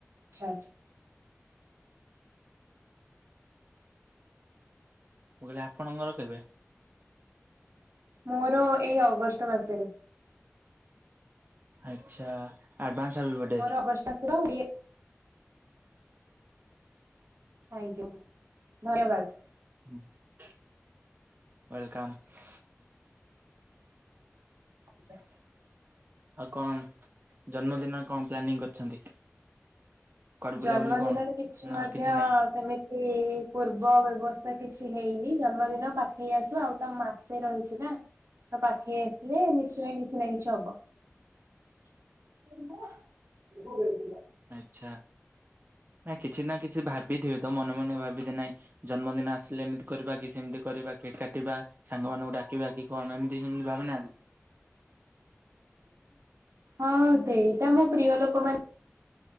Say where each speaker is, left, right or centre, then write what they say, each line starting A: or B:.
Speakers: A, on the right; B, on the right.
A: ଆଚ୍ଛା ଆ
B: ମୁଁ କଇଲି ଆପଣଙ୍କର କେବେ?
A: ମୋର ଏଇ ଅଗଷ୍ଟ ମାସରେ।
B: ଆଚ୍ଛା ଆଡଭାନ୍ସ ହାପି ବାଡେ।
A: ମୋର ଅଗଷ୍ଟ ଶିର <unintelligible> ଥ୍ୟାଙ୍କୟୁ ଧନ୍ୟବାଦ।
B: ୱେଲକମ୍।
A: <unintelligible>
B: ଆଉ କଣ ଜନ୍ମଦିନ କଣ ପ୍ଲାନିଂ କରିଛନ୍ତି? କୁଆଡେ
A: ଜନ୍ମଦିନରେ
B: ବୁଲାବୁଲି କଣ
A: କିଛି
B: ନା
A: ମଧ୍ୟ
B: ନାଇଁ
A: ସେମି ଏ ପୂର୍ବ ବ୍ୟବସ୍ଥା କିଛି ହେଇନି ଜନ୍ମଦିନ ପାଖେଇ ଆସୁ ଆଉ ତ ମାସେ ରହିଛି ନା। ତ ପାଖେଇ ଆସିଲେ ନିଶ୍ଚୟ କିଛି ନା କିଛି ହବ। <unintelligible>
B: ଆଚ୍ଛା, ନାଇଁ କିଛି ନା କିଛି ଭାବିଥିବେ ତ ମନେ ମନେ ଭାବିଥେ ନାଇ ଜନ୍ମଦିନ ଆସିଲେ ଏମିତି କରିବା କି ସେମିତି କରିବା, କି କା କଟିବା ସାଙ୍ଗମାନଙ୍କୁ ଡାକିବା କି କଣ ଏମିତି ସେମିତି <unintelligible>
A: ହଁ ସେଇଟା ମୋ ପ୍ରିୟ ଲୋକ ମା